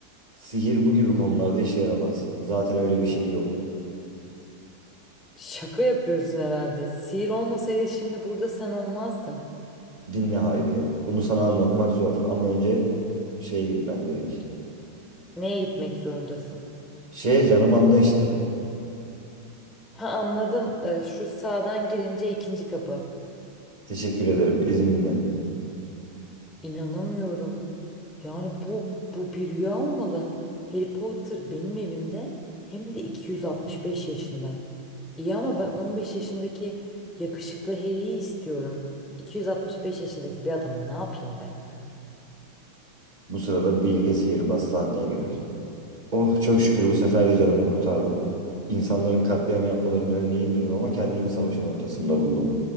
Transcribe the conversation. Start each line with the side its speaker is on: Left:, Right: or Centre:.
Right: Sihir bu gibi konularda işe yaramaz. Zaten öyle bir şey yok.
Centre: Şaka yapıyorsun herhalde. Sihir olmasaydı şimdi burada sen olmazdın.
Right: Dinle Hayriye. Bunu sana anlatmak zor ama önce şeye gitmem gerek.
Centre: Neye gitmek zorundasın?
Right: Şeye canım anla işte.
Centre: Ha anladım. Ee, şu sağdan girince ikinci kapı.
Right: Teşekkür ederim izninle.
Centre: İnanamıyorum. Yani bu bu bir rüya olmalı. Harry Potter benim evimde hem de 265 yaşında. İyi ama ben 15 yaşındaki yakışıklı Harry'yi istiyorum. 265 yaşındaki bir adamı ne yapayım ben ya?
Right: Bu sırada Bilge Sihirbaz sahneye girer. Oh çok şükür bu sefer de canımı kurtardım. İnsanların katliam yapmalarını önleyeyim dedim ama kendimi savaşın ortasında buldum.